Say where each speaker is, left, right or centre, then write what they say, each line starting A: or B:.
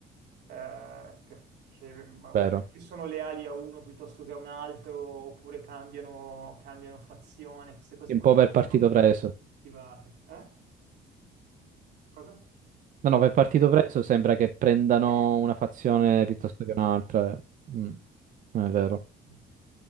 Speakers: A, on the right; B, on the right.
A: eh, perché, ma
B: Vero.
A: perché sono leali a uno piuttosto che a un altro, oppure cambiano, cambiano fazione, queste cose
B: Un
A: qui
B: po' per
A: non
B: partito
A: sono realmente
B: preso.
A: motivate. Eh? Cosa?
B: No, no, per partito preso sembra che prendano
A: Eh,
B: una fazione piuttosto che un'altra. eh. Mm, non è vero.
A: sì.